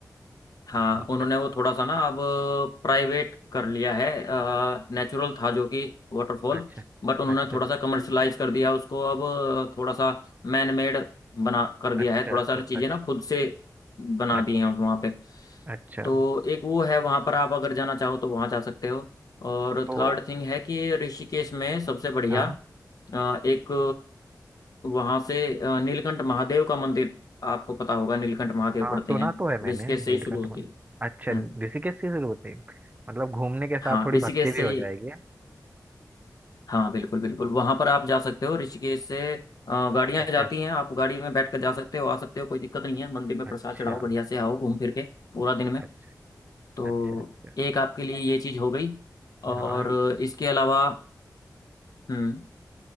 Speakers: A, on the left (about 60°); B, on the right (about 25°).
A: हाँ
B: अच्छा
A: उन्होंने वो थोड़ा सा ना अब प्राइवेट कर लिया है नेचुरल था जो कि वाटरफॉल
B: अच्छा
A: बट उन्होंने
B: अच्छा
A: थोड़ा सा कमर्शलाइज कर दिया उसको अब थोड़ा सा मैन मेड बना कर दिया
B: अच्छा
A: है थोड़ा
B: अच्छा
A: सा चीज़ें
B: अच्छा
A: ना खुद से बना
B: अच्छा
A: दी हैं वहाँ पे
B: अच्छा
A: तो एक वो है वहां पर आप अगर जाना चाहो तो वहां जा सकते हो और
B: तो
A: थर्ड थिंग है कि ये ऋषिकेश में सबसे बढ़िया
B: हाँ
A: अ, एक वहां से अ, नीलकंठ महादेव का मंदिर आपको पता होगा नीलकंठ महादेव
B: हाँ
A: पढ़ते
B: सुना
A: हैं
B: तो है मैंने
A: ऋषिकेश
B: नीलकंठ
A: से ही शुरू होती
B: में
A: है
B: अच्छा
A: हम्म
B: ऋषिकेश की शुरू होती है मतलब घूमने के साथ
A: हाँ
B: थोड़ी
A: ऋषिकेश
B: भक्ति भी
A: से
B: हो जाएगी
A: ही हाँ बिल्कुल बिल्कुल वहां पर आप जा सकते हो ऋषिकेश से गाड़ियां
B: अच्छा
A: जाती हैं आप गाड़ी में बैठ कर जा सकते हो आ सकते हो कोई दिक्कत नहीं है मंदिर में प्रसाद
B: अच्छा
A: चढ़ाओ बढ़िया से आओ घूम फिर के पूरा दिन में
B: अच्छा
A: तो
B: अच्छा अच्छा
A: एक आपके लिए ये चीज हो गई और
B: हाँ
A: इसके अलावा हम्म